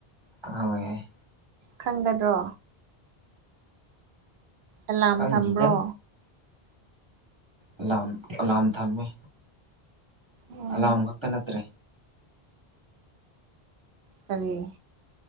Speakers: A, on the right; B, on the right.
A: ꯍꯣꯏ
B: ꯈꯪꯒꯗ꯭ꯔꯣ ꯑꯦꯂꯥꯝ
A: ꯈꯪꯅꯤꯗ
B: ꯊꯝꯕ꯭ꯔꯣ
A: ꯑꯦꯂꯥꯝ ꯑꯂꯥꯝ ꯊꯝꯃꯦ
B: ꯑꯣ
A: ꯑꯂꯥꯝ ꯈꯛꯇ ꯅꯠꯇ꯭ꯔꯦ
B: ꯀꯔꯤ